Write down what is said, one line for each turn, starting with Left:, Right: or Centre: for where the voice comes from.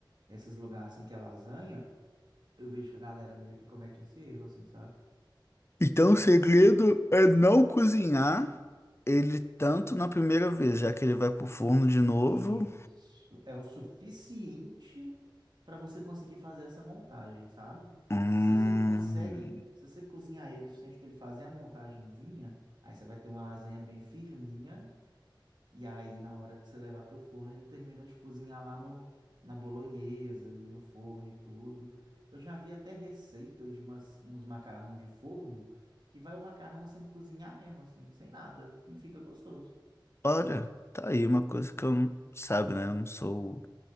Right: esses lugares assim que é lasanha, eu vejo que a galera meio que comete esse erro, assim, sabe?
Left: Então, o segredo é não cozinhar ele tanto na primeira vez, já que ele vai pro forno de novo.
Right: Isso é o suficiente para você conseguir fazer essa montagem, sabe?
Left: Hum.
Right: Se você consegue, se você cozinhar ele o suficiente para ele fazer a montagenzinha, aí você vai ter uma lasanha bem firminha e aí na hora que você levar para o forno, ele termina de cozinhar lá no na bolonhesa, ali no forno e tudo. Eu já vi até receita de umas, uns macarrão de forno que vai o macarrão sem cozinhar mesmo, assim, sem nada, e fica gostoso.
Left: Olha, tá aí uma coisa que eu não sabe, né? Eu não sou